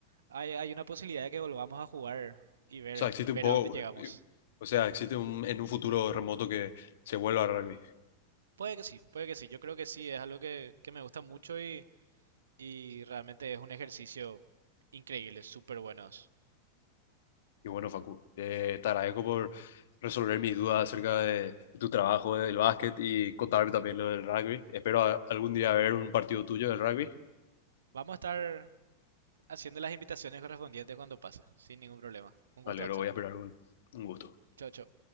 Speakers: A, on the right (about 65°); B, on the left (about 55°).
A: Hay, hay una posibilidad de que volvamos a jugar y ver,
B: O sea, existe
A: ver
B: un poco,
A: a dónde llegamos.
B: eh, o sea, existe un, en un futuro remoto que se vuelva a rugby.
A: Puede que sí, puede que sí. Yo creo que sí, es algo que, que me gusta mucho y, y realmente es un ejercicio increíble, súper bueno.
B: Y bueno, Facu, eh, te agradezco por resolver mis dudas acerca de, de tu trabajo del básquet y contarme también lo del rugby. Espero a- algún día ver un partido tuyo del rugby.
A: Vamos a estar haciendo las invitaciones correspondientes cuando pase, sin ningún problema. Un gusto,
B: Vale,
A: Axel.
B: lo voy a esperar con un gusto.
A: Chao, chao.